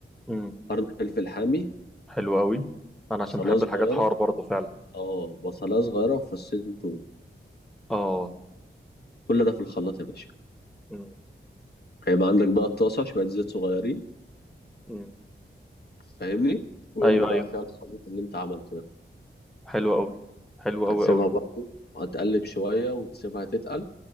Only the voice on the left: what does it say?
قرن فلفل حامي
بصلاية
صغيرة
اه بصلاية صغيرة وفصين توم
كل ده في الخلاط يا باشا
هيبقى عندك بقى الطاسة شوية زيت صغيرين
فاهمني وارمي
بقى
فيها الخليط اللي انت عملته ده
هتسيبها
برضه وهتقلب شوية وتسيبها تتقل